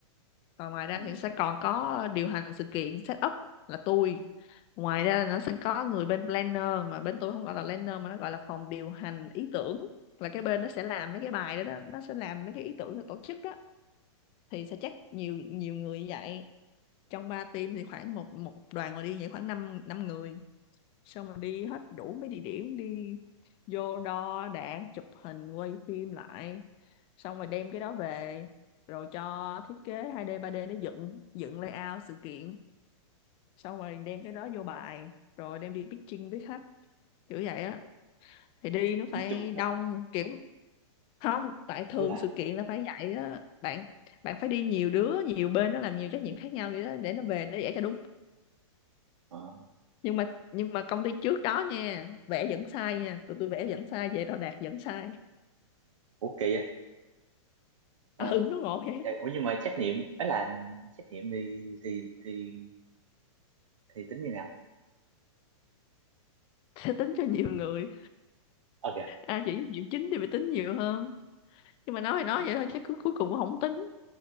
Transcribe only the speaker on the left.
còn ngoài ra
thì sẽ còn có điều hành sự kiện set up là tôi ngoài ra nó sẽ có người bên planner mà bên tôi không gọi là planner mà nó gọi là phòng điều hành ý tưởng là cái bên nó sẽ làm mấy cái bài đó, đó. nó sẽ làm mấy cái ý tưởng để tổ chức đó thì sẽ chắc nhiều nhiều người như vậy trong ba team thì khoảng một một đoàn mà đi vậy khoảng 5 năm năm người xong rồi đi hết đủ mấy địa điểm đi vô đo đạc chụp hình quay phim lại xong rồi đem cái đó về rồi cho thiết kế 2D 3D để dựng dựng layout sự kiện xong rồi đem cái đó vô bài rồi đem đi pitching với khách kiểu vậy á thì đi nó phải
đông
kiểu không tại thường
sự kiện là phải vậy á bạn bạn phải đi nhiều đứa nhiều bên nó làm nhiều trách nhiệm khác nhau vậy đó để nó về nó vẽ cho đúng
nhưng mà nhưng mà công ty trước đó nha vẽ vẫn sai nha tụi tôi vẽ vẫn sai về đo đạc vẫn sai
<laughs> ừ nó ngộ vậy
sẽ tính cho nhiều người
à chỉ nhiệm chính thì phải tính nhiều hơn nhưng mà nói thì nói
vậy thôi chứ cuối cuối cùng cũng không tính